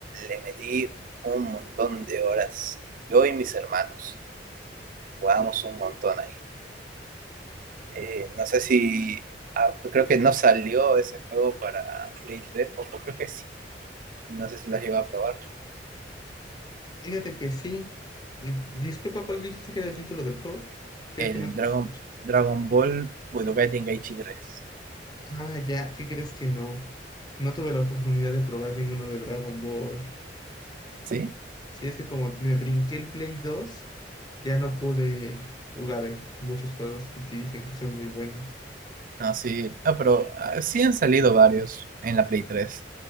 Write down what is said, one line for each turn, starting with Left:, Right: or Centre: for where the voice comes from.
Right: le metí un montón de horas. Yo y mis hermanos jugábamos un montón ahí. Eh, no sé si, ah, creo que no salió ese juego para Play 3 o creo que sí. No sé si lo has llegado a probar.
Left: Fíjate que sí. Eh, Disculpa, ¿cuál dijiste que era el título del juego? Creo
Right: El
Left: que no escuché.
Right: Dragon, Dragon Ball Budokai Tenkaichi tres
Left: Ah, ya, ¿qué crees que no? No tuve la oportunidad de probar ninguno de Dragon Ball.
Right: ¿Sí?
Left: Sí, es que como me brinqué el Play 2, ya no pude jugar eh, muchos juegos que sí dicen que son muy buenos.
Right: No, sí, no, pero ah, sí han salido varios en la Play tres